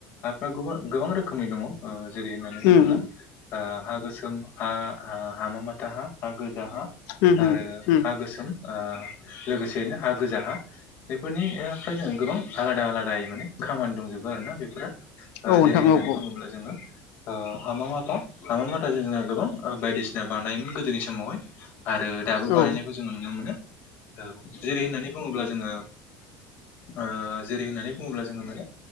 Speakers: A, on the left (about 55°); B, on the left (about 70°).
A: हाफ्रा गोबां रोखोमनि दङ जेरै होननानै बुङोब्ला
B: उम
A: हा गोसोम हा हामा माथ थाहा हा गोजाहा
B: उम
A: आरो
B: उम उम
A: हा गोसोम ओ लोगोसेयैनो हा गोजा हा बेफोरनिओफ्रायनो गोबां आलादा आलादायैबो खामानि दंजोबो आरो ना बेफोरना ओ
B: औ नोंथां
A: जेरै होननानै
B: औ
A: बुङोब्ला
B: औ
A: जोङो ओ हामा माथा हामा माथाजों जोंना गोबां बायदिसिना बानायोमोन गोदोनि समावहाय आरो दाबो
B: औ
A: बानायनायखौ जोङो नुनो मोनो औ जेरै होननानै बुङोब्ला जोङो ओ जेरै होननानै बुङोब्ला जोङो माने